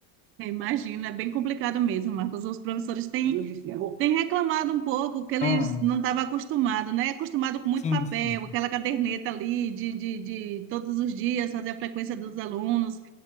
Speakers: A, on the right; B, on the left.
A: eu imagino, é bem complicado mesmo, Marcos. Os professores têm, têm reclamado um pouco que eles
B: Ah,
A: não estavam acostumados, né? Acostumado com muito
B: sim,
A: papel,
B: sim.
A: aquela caderneta ali de, de, de todos os dias fazer a frequência dos alunos,